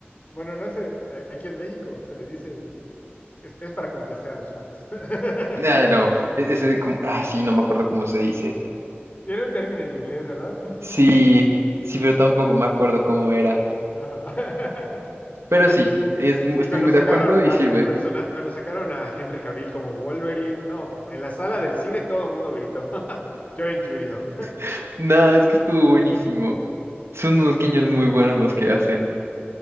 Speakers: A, on the left; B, on the right.
A: bueno, no sé, a- aquí en México se le dice, es, es para complacer a los fans. <laughs>
B: Ah, no. e- Ese, como- ah, sí, no me acuerdo cómo se dice.
A: Tiene un término en inglés, ¿verdad?
B: Sí, sí, pero tampoco me acuerdo cómo era.
A: Ajá. <laughs>
B: Pero sí, es-
A: Y
B: estoy
A: cuando
B: muy
A: sacaron
B: de acuerdo y
A: al,
B: sirve.
A: al persona, cuando sacaron a Henry Cavill como Wolverine, no, en la sala del cine todo el mundo gritó, <laughs> yo incluido.
B: <laughs> No, es que estuvo buenísimo. Son unos guiños muy buenos los que hacen.